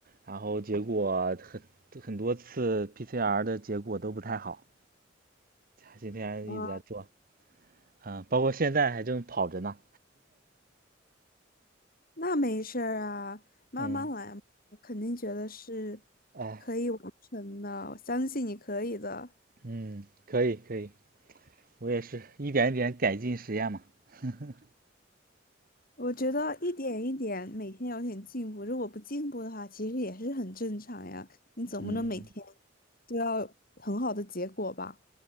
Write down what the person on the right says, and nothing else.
然后结果很很多次 PCR 的结果都不太好，今天一直在做，
嗯、包括现在还正跑着呢，
<laughs>
嗯。
哎，
嗯，可以可以，我也是一点一点改进实验嘛。<laughs>
嗯，